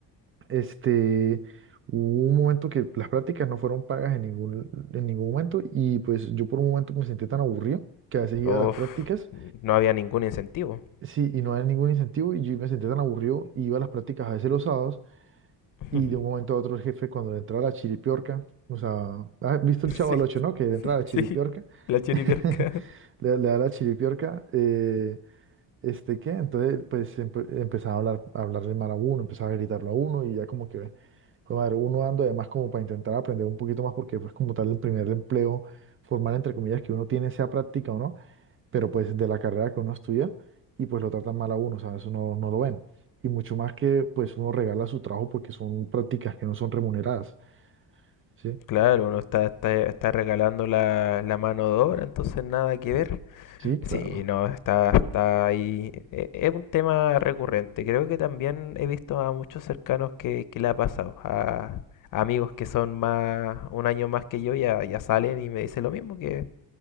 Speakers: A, on the right; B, on the left.
A: Este, hubo un momento que las prácticas no fueron pagas en ningún, en ningún momento y pues yo por un momento me sentí tan aburrido que a veces iba
B: Uf,
A: a las prácticas,
B: no había ningún incentivo.
A: sí, y no había ningún incentivo y yo me sentí tan aburrido y iba a las prácticas a veces los sábados y
B: <laughs>
A: de un momento a otro el jefe cuando le entraba la chiripiorca, o sea, ¿has visto el
B: Sí,
A: Chavo al Ocho, no? Que le entra la chiripiorca,
B: sí, sí, la chiriberca.
A: <laughs> le, le da la chiripiorca, eh, este, ¿qué? Entonces, pues empe- empezaba a hablar, a hablarle mal a uno, empezaba a gritarlo a uno y ya como que, joder, madre, uno ando además como para intentar aprender un poquito más porque pues como tal el primer empleo formal, entre comillas, que uno tiene, sea práctica o no, pero pues de la carrera que uno estudia y pues lo tratan mal a uno, o sea, eso no, no lo ven. Y mucho más que pues uno regala su trabajo porque son prácticas que no son remuneradas, ¿sí?
B: Claro, uno está, está, está regalando la, la mano de obra, entonces nada que ver.
A: Sí, claro.
B: Sí, no, está, está ahí. e- Es un tema recurrente. Creo que también he visto a muchos cercanos que, que le ha pasado. A, a amigos que son más, un año más que yo ya, ya salen y me dicen lo mismo, que